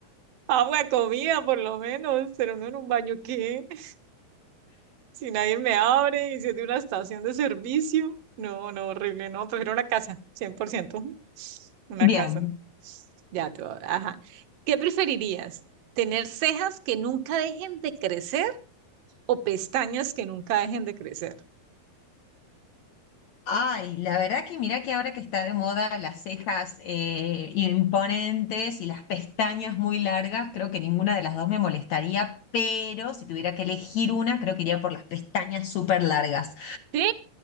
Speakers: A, on the right; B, on the left.
A: agua, comida, por lo menos. Pero no en un baño, ¿qué? <laughs> Si nadie me abre y si es de una estación de servicio. No, no, horrible, no. Prefiero una casa, cien por ciento, <laughs> Una
B: Bien.
A: casa. Ya, todo, ajá. ¿Qué preferirías? ¿Tener cejas que nunca dejen de crecer? o pestañas que nunca dejen de crecer.
B: Ay, la verdad que mirá que ahora que está de moda las cejas eh, imponentes y las pestañas muy largas, creo que ninguna de las dos me molestaría, pero si tuviera que elegir una, creo que iría por las pestañas súper largas.
A: ¿Sí?